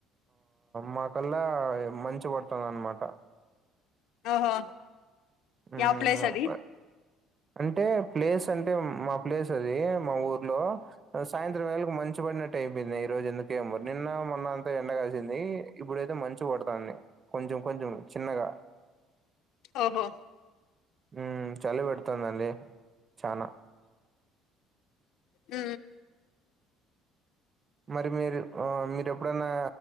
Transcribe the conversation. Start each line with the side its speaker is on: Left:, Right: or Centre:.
Right: మా కల్లా ఇగ మంచు పడుతుంది అనమాట
Left: ఓహో
Right: హ్మ్
Left: యా ప్లేస్ అది
Right: అంటే ప్లేస్ అంటే మాప్ ప్లేస్ అది మా ఊర్లో సాయంత్రం వేళకు మంచి పడినట్ ట్ అయిపోయింది ఈ రోజు ఎందుకేమ నిన్న మొన్న అంత ఎండగాసింది ఇప్పుడైతే మంచి పడతాంది కొంచెం కొంచెం చిన్నగా
Left: ఓహో
Right: ఊ చలి పెడుతుందండి చనా
Left: ఊ
Right: మరి మీరు మీరు ఎప్పుడైన్నా